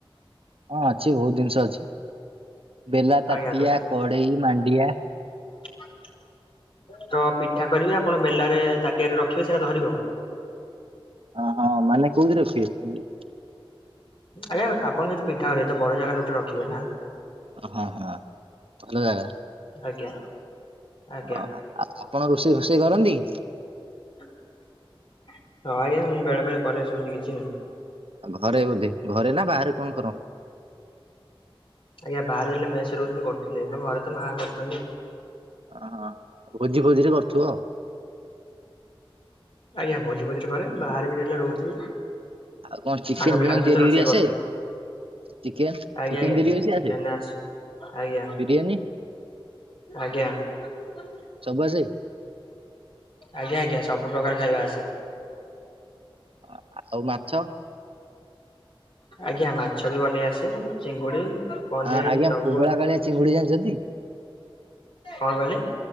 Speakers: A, on the right; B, on the left.
A: ହଁ ଅଛି ବହୁତ ଜିନିଷ ଅଛି ବେଲା,
B: ଆଜ୍ଞା
A: ତାଟିଆ, କଡ଼େଇ ମାଣ୍ଡିଆ।
B: ଟୋକାଟା ତ ପିଠା କରିବେ ଆପଣ ବେଲାରେ ତାଟିଆରେ ରଖିବେ ସେଇଟା ଧରିବ।
A: ଅ ହଁ ମାନେ କୋଉଥିରେ ରଖିବେ?
B: ଆଜ୍ଞା ଆପଣ ଯଦି ପିଠା କରିବେ ତ ବଡ ଜାଗାରେ ଗୋଟେ ରଖିବେ ନାଁ।
A: ଓହଁ ହଁ ଭଲ ଜାଗା।
B: ଆଜ୍ଞା। ଆଜ୍ଞା
A: ହଁ ଆ ଆପଣ ରୋଷେଇ ଫୋଷେଇ କରନ୍ତି?
B: ହଁ ଆଜ୍ଞା ବେଳେ ବେଳେ କରେ ସେମିତି କିଛି।
A: ଆଉଁ ଘରେବୋଧେ ଘରେ ନାଁ ବାହାରେ କଣ କର?
B: ଆଜ୍ଞା ବାହାରେ ରହିଲେ ମେସ ରହୁଥିଲି କରୁଥିଲେ। ଏବେ ଘରେ ତ ମା କରୁଛନ୍ତି।
A: ଓ ହଁ ଭୋଜି ଫୋଜିରେ କରୁଥିବ।
B: ଆଜ୍ଞା ଭୋଜି ଫୋଜିରେ କରେ ବାହାରେ ବି ଯେତେବେଳେ ରହୁଥିଲି।
A: ଆଉ କଣ ଚିକେନ
B: ସାଙ୍ଗ ପିଲାଙ୍କ
A: ଫିକେନ
B: ସହିତ
A: ତିଆରି
B: ରୋଷେଇ
A: କରି ଆସେ?
B: କରୁଥିଲି
A: ଚିକେନ
B: ଆଜ୍ଞା
A: ଚିକେନ
B: ଆଜ୍ଞା।
A: ବିରି ମିଶି
B: ଚିକେନ
A: ଆସେ।
B: ରାଇସ୍ ଆଜ୍ଞା
A: ବିରିୟାନୀ?
B: ଆଜ୍ଞା <unintelligible> ଆଜ୍ଞା
A: ସବୁ ଆସେ?
B: ଆଜ୍ଞା। ସବୁ ପ୍ରକାର ଖାଇବା ଆସେ।
A: ଆ-ଆ ଆଉଁ ମାଛ?
B: ଆଜ୍ଞା ମାଛ ବି ବନେଇ ଆସେ। ଚିଙ୍ଗୁଡି ପନିର
A: ଆଁ ଆଜ୍ଞା
B: ସବୁ
A: ପୋହଳା କାଳିଆ ଚିଙ୍ଗୁଡି ଜାଣିଛନ୍ତି?
B: କଣ କହିଲେ?